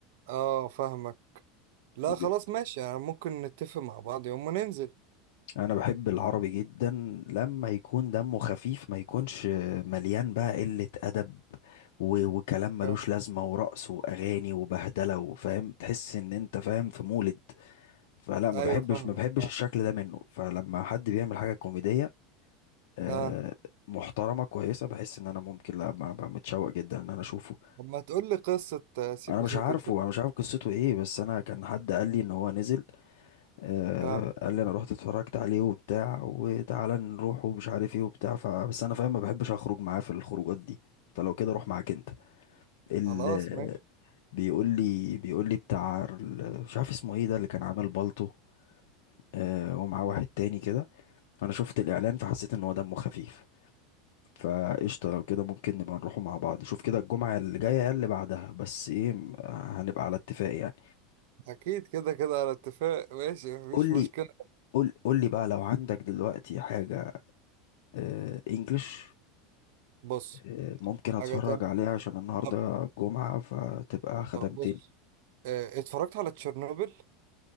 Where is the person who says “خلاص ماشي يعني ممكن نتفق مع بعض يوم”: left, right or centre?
Right